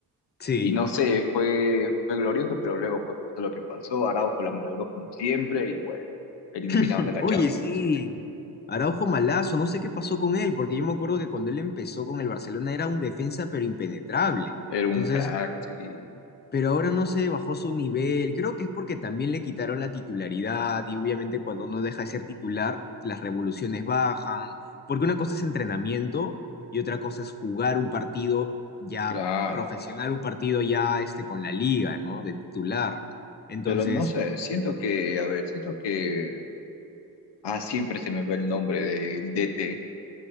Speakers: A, on the left (about 25°); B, on the left (about 75°).
A: Sí.
B: Y no sé, fue, fue glorioso, pero luego pues pasó lo que pasó. Araujo la malogró como siempre y bueno, eliminados
A: <laughs>
B: de la
A: Oye,
B: Champions.
A: sí, Araujo Malazo, no sé qué pasó con él, porque yo me acuerdo que cuando él empezó con el Barcelona era un defensa pero impenetrable.
B: Era
A: Entonces,
B: un crack, sí,
A: pero ahora no sé bajó su nivel. Creo que es porque también le quitaron la titularidad y obviamente cuando uno deja de ser titular, las revoluciones bajan, porque una cosa es entrenamiento y otra cosa es jugar un partido ya
B: claro.
A: profesional, un partido ya este con la liga, ¿no? De titular. Entonces,
B: Pero no sé, siento que, a ver, siento que, ah, siempre se me ve el nombre del DT.